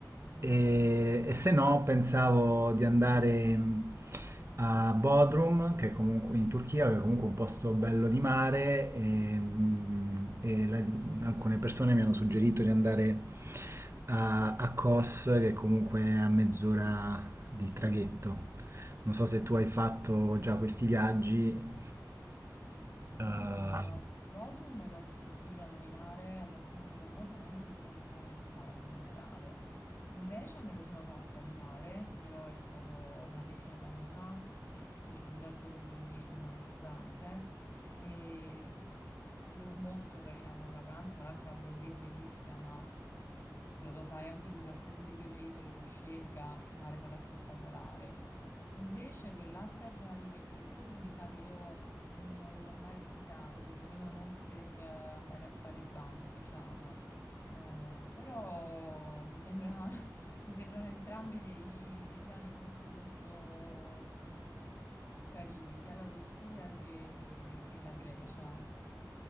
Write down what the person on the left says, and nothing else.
Allora,
Bodrum l'ho sentita nominare, è abbastanza famosa, ma io in Turchia non sono mai stata in generale. In Grecia me lo sono fatta il mare, però è stato una decina d'anni fa, e feci un viaggio con dei miei amici andammo a Zante e fu molto carina come vacanza, l'acqua be- lì è bellissima, ma lo, lo sai anche tu, qualsiasi di quelle isole tu scelga, il mare sarà spettacolare. Invece quell'altra zona lì che mi hai detto tu, mi sa che io non l'ho mai visitato, perlomeno non per eh, andare a fare il bagno, diciamo. Eh, però mi sembra, <laughs> mi sembrano entrambi dei, dei piani molto molto carini, sia la Turchia che che la Grecia.